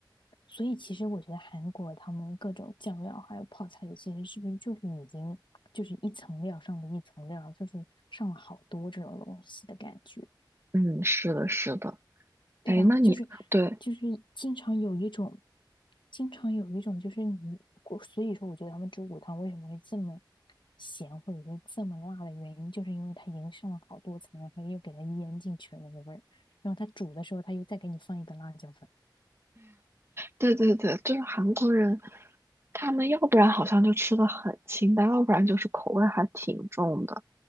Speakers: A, on the left; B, on the right.
A: 所以其实我觉得韩国他们各种酱料还有泡菜里其实是不是就是已经就是一层料上了一层料，就是上了好多这种东西的感觉，
B: 嗯，是的，是的。
A: 对吧？
B: 哎，那你对
A: 就是就是经常有一种，经常有一种就是你，我所以说我觉得他们猪骨汤为什么会这么咸或者说这么辣的原因，就是因为它已经上了好多层，然后它又给它腌进去了那个味儿，然后它煮的时候它又再给你放一个辣椒粉，
B: 对对对，就是韩国人，他们要不然好像就吃的很清淡，要不然就是口味还挺重的，